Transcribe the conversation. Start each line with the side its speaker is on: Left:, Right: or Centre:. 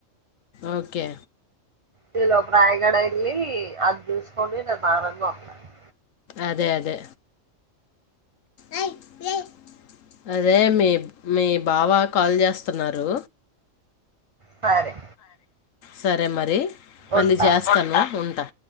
Left: ఓకే
Right: నీలో రాయగడ వెళ్ళి అది చూసుకని నేను దారంగా ఉంటన్నాను
Left: అదే అదే అయి ఏ అదే మీ మీ బావా కాల్ చేస్తున్నారు
Right: సరే
Left: సరే మరి మళ్ళీ
Right: ఉంటా
Left: చేస్తానా ఉంటా